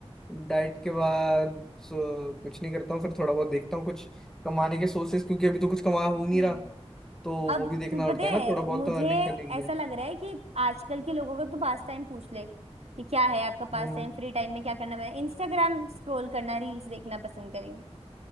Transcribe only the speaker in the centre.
डाइट के बाद सो, कुछ नहीं करता हूँ फिर थोड़ा बहुत देखता हूँ कुछ कमाने के सोर्सेस क्योंकि अभी तो कुछ कमा हो
नहीं रहा तो
वो भी देखना
पड़ता
है ना थोड़ा बहुत
तो अर्निंग करने के लिए
हम्म